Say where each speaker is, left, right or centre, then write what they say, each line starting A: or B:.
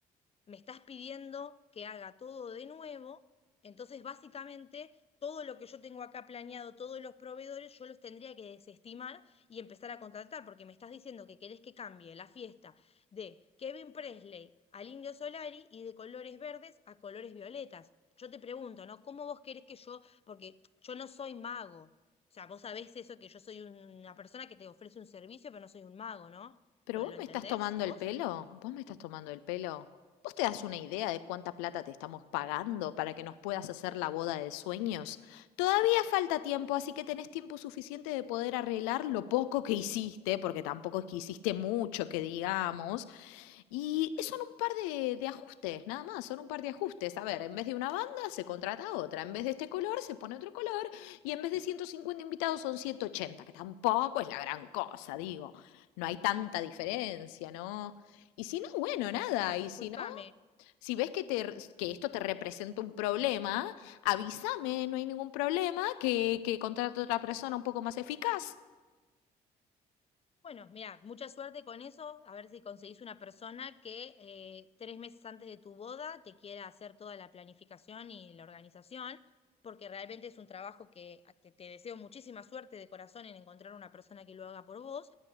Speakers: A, on the left (about 30°); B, on the left (about 75°).
A: me estás pidiendo que haga todo de nuevo, entonces básicamente todo lo que yo tengo acá planeado, todos los proveedores, yo los tendría que desestimar y empezar a contratar, porque me estás diciendo que querés que cambie la fiesta de Kevin Presley al Indio Solari y de colores verdes a colores violetas. Yo te pregunto, ¿no? ¿Cómo vos querés que yo, porque yo no soy mago? O sea, vos sabés eso, que yo soy un- una persona que te ofrece un servicio, pero no soy un mago, ¿no?
B: Pero
A: ¿Lo,
B: vos
A: lo entendés
B: me estás tomando
A: vos?
B: el pelo, vos me estás tomando el pelo. ¿Vos te das una idea de cuánta plata te estamos pagando para que nos puedas hacer la boda de sueños? Todavía falta tiempo, así que tenés tiempo suficiente de poder arreglar lo poco que hiciste, porque tampoco es que hiciste mucho, que digamos, Y son un par de, de ajustes, nada más, son un par de ajustes. A ver, en vez de una banda se contrata otra, en vez de este color se pone otro color y en vez de 150 invitados son 180 que tampoco es la gran cosa, digo, no hay tanta diferencia, ¿no? Y si no, bueno, nada,
A: Ya, discúlpame.
B: y si no, si ves que, te, que esto te representa un problema, avísame, no hay ningún problema, que, que contrato a otra persona un poco más eficaz.
A: Bueno, mira, mucha suerte con eso, a ver si conseguís una persona que eh, tres meses antes de tu boda te quiera hacer toda la planificación y la organización, porque realmente es un trabajo que ah, te, te deseo muchísima suerte de corazón en encontrar una persona que lo haga por vos.